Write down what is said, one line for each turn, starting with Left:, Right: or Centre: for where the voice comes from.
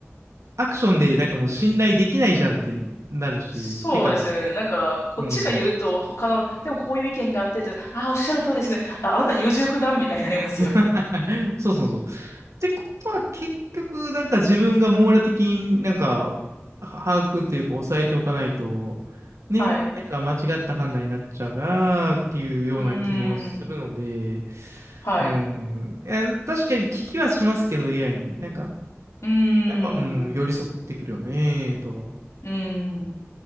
Right: アクションでなんかもう信頼できないじゃんってなるし、
Left: そうですね。
Right: てか、
Left: なんか、こっちが言うと、
Right: うん。
Left: 他の、でもこういう意見があってと、ああ、おっしゃる通りですね。あ、あなた優柔不断みたいになりますよね。
Right: <laughs> そうそうそう。ってことは結局なんか自分が網羅的になんかは把握というか抑えておかないと、ね、
Left: はい。
Right: なんか間違った判断になっちゃうなーっていうような気もするので、
Left: うーん。はい。
Right: うん。いや、確かに聞きはしますけど、AI に。なんか、
Left: うーん。
Right: やっぱ、うん、寄り添ってくるよね、とは、
Left: うーん。